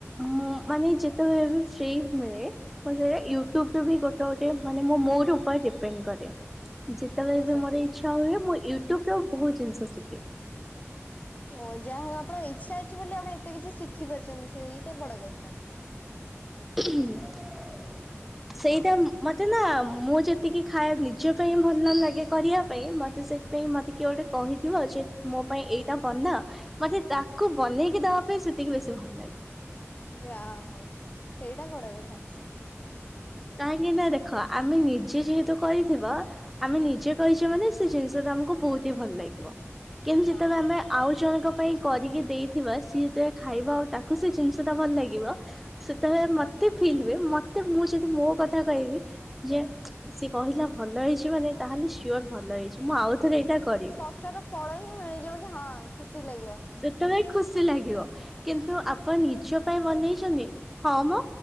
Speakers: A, in the centre; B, on the left (about 30°).
A: ମୁଁ ମାନେ ଯେତେବେଳେ ବି ଫ୍ରି ମିଳେ ମ ୟୁ ଟୁଫି ବି ଗୋଟେ ଗୋଟେେ ମାନେ ମୋର ଉପରେ ଡିପେଣ୍ଡ କରେ ଯେତେବେଳେ
B: ଆଚ୍ଛା।
A: ବି ମୋର ହେଇଚି ଶ ହୁଏ ମୁଁ ୟୁଟ୍ୟୁବ ରେ ବହୁତ୍ ଜିନିଷ ଶିଖେ
B: ଓ ଯାହା ହଉ ଆପଣଙ୍କ ଇଚ୍ଛା ଅଛି ବୋଲି ଆପଣ ଏତେ କିଛି ଶିଖି ପାରୁଛନ୍ତି ସେ ଏଇଟା ବଡ କଥା।
A: <inaudible> ସେଇଟା ମୋତେ ନା ମୁଁ ଯେତିକି ଖାଏ ନିଜ ପାଇଁ ଭଲ ନ ଲାଗେ କରିବା ପାଇଁ ମୋତେ ସେ ପାଇଁ ମତେ କିଏ ଗୋଟେ କହିଥିବ ଯେ ମୋ ପାଇଁ ଏଇଟା ବନା ମତେ ତା କୁ ବନେଇକି ଦେବା ପାଇଁ ସେତିକି ବେଶୀ ଭଲ ଲାଗେ
B: ଯା ହଉ ସେଇଟା ବଡ କଥା
A: କାହିଁକି ନା ଦେଖ ଆମେ ନିଜେ ଯେହେତୁ କରିଥିବା ଆମେ ନିଜେ କହିଛେ ମାନେ ସେ ଜିନିଷ ତ ଆମକୁ ବହୁତ ହି ଭଲ ଲାଗିବ କିନ୍ତୁ ଯେତେବେଳେ
B: ହଁ।
A: ଆମେ ଆଉ ଜଣଙ୍କ ପାଇଁ କରିକି ଦେଇଥିବା ସିଏ ଯେତେବେଳେ ଖାଇବ ଆଉ ତାକୁ ସେ ଜିନିଷ ଟା ଭଲ ଲାଗିବ ସେତେବେଳେ
B: ହୁଁ
A: ମତେ ଫିଲ୍ ହୁଏ, ମତେ ମୁଁ ଯେ ମୋ କଥା କହିବି ଯେ, ସେ କହିଲା ଭଲ ହେଇଚି ମାନେ ତାହେଲେ ସିଓର୍ ଭଲ ହେଇଚି। ମୁଁ ଆଉଥରେ ଏଇଟା କରିବି।
B: କଷ୍ଟ ର ଫଳ ହିଁ ମିଳିଯିବ କି ହଁ, ଖୁସି ଲାଗିବ।
A: ସେତେବେଳେ ଖୁସି ଲାଗିବ କିନ୍ତୁ
B: ହଁ
A: ଆପଣ ନିଜ ପାଇଁ ବନେଇଚନି ହଁ ମ